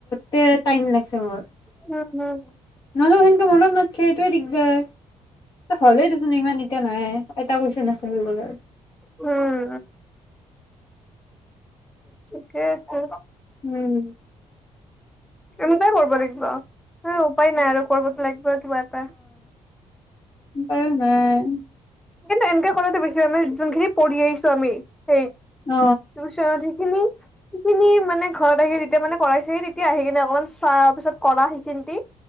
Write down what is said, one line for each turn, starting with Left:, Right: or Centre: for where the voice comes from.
Left: টে-টাইম লাগিছে মোৰ।
Centre: উম, উম।
Left: নহললে সেনকে মনত নাথখে এইটোৱে দিগদাৰ।। হ'লেও দেচোন ইমান এতিয়া নাই, এটা কুৱেশন আছে হৈ গ'ল আৰু।
Centre: উম, ঠিকে আছে।
Left: উম।
Centre: এনেকোৱাই কৰবা লাগব আৰু উপায় নাই আৰু কৰিবতো লাগবই কিবাতা।
Left: উপায়ও নাই।
Centre: কিন্তু এনকে কৰাটো বেছি আমি যোনখিনি পঢ়ি আহিছো আমি সেই
Left: অ
Centre: <unintelligible> খিনি-সিখিনি মানে ঘৰত আহি যেতিয়া মানে কৰাইছেহি তেতিয়া আহি কিনে অকমান চোৱা পিছত কৰা সিখিনতি